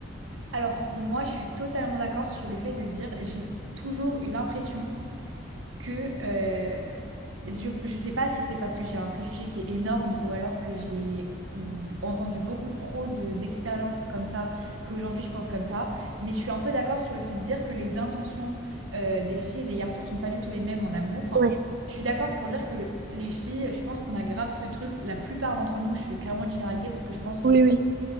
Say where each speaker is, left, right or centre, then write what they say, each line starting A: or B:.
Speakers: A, on the right; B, on the right.
A: Alors, moi, je suis totalement d'accord sur le fait de dire, j'ai toujours eu l'impression que euh, je ne sais pas si c'est parce que j'ai un préjugé qui est énorme ou alors que j'ai entendu beaucoup trop de, d'expériences comme ça, qu'aujourd'hui je pense comme ça, mais je suis un peu d'accord sur le fait de dire que les intentions euh, des filles et des garçons sont pas du tout les mêmes en amour. Enfin,
B: Ouais.
A: je suis d'accord pour dire que les filles, je pense qu'on a grave ce truc, la plupart d'entre nous, je fais clairement une généralité parce que je pense que
B: Oui, oui.